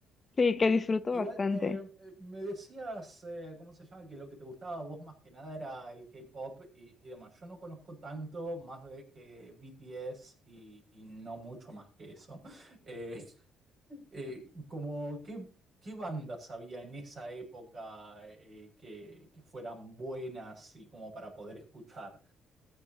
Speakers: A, on the left; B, on the right.
A: sí que disfruto
B: Igual,
A: bastante.
B: eh, eh, me decías, eh, ¿cómo se llama? Que lo que te gustaba a vos más que nada era el K-pop y, y demás. Yo no conozco tanto más de que BTS y, y no mucho más que eso. <laughs> Eh, eh, como, ¿qué, qué bandas había en esa época eh, que, que fueran buenas y como para poder escuchar